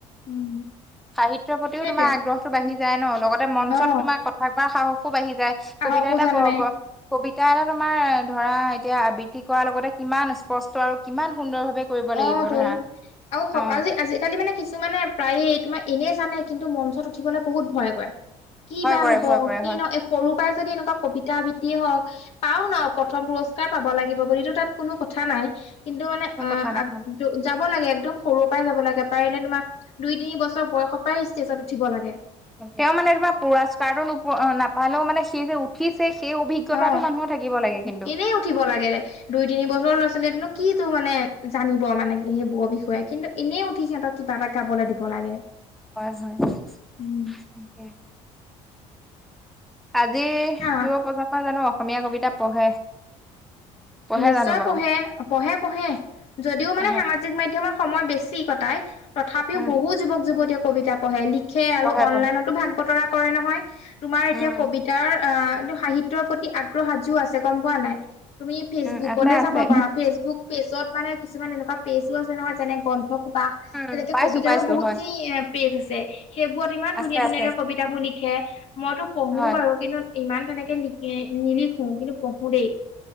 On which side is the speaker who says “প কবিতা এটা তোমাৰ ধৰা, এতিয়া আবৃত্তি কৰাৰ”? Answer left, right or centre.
Centre